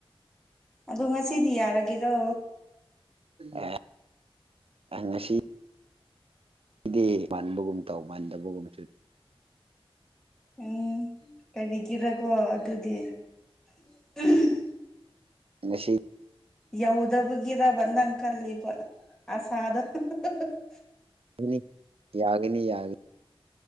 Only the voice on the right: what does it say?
ꯑꯦꯍ <unintelligible> ꯉꯁꯤ ꯗꯤ ꯃꯥꯟꯕꯒꯨꯝ ꯇꯧ ꯃꯟꯗꯕꯒꯨꯝꯕꯁꯨ ꯇꯧ__
ꯉꯁꯤ
<unintelligible> ꯅꯤ ꯌꯥꯒꯅꯤ ꯌꯥꯒ__